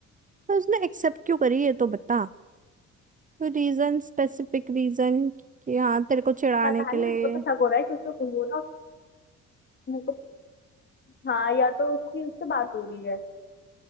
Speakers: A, on the right (about 25°); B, on the left (about 35°).
A: पर उसने एक्सेप्ट क्यों करी है तो बता कोई रीजन स्पेसिफिक रीजन कि हाँ तेरे को चिढ़ाने
B: पता नहीं
A: के लिए
B: मेरे को तो शक हो रहा है कि उसको कुछ बोला मेरे को हाँ या तो उसकी उससे बात हो रही है